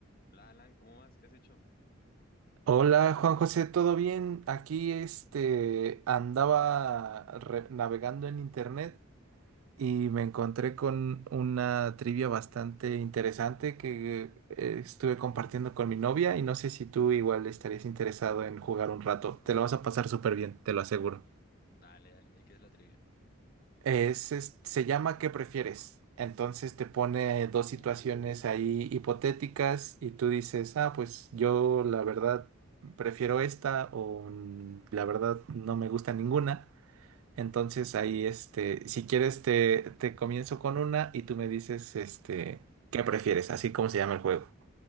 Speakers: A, on the left (about 45°); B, on the right (about 85°).
A: Hola Alan, ¿cómo vas? ¿Qué has hecho?
B: Hola Juan José, ¿todo bien? Aquí este andaba re- navegando en internet y me encontré con una trivia bastante interesante que eh, estuve compartiendo con mi novia y no sé si tú igual estarías interesado en jugar un rato. Te lo vas a pasar súper bien, te lo aseguro.
A: Dale, dale, ¿de qué es la trivia?
B: Es, es- se llama ¿Qué prefieres? Entonces te pone dos situaciones
A: Uh,
B: ahí hipotéticas y tú dices, ah, pues yo la verdad prefiero esta o mm, la verdad no me gusta ninguna. Entonces ahí, este, si quieres te, te comienzo con una y tú me dices, este, ¿qué prefieres? Así como se llama el juego.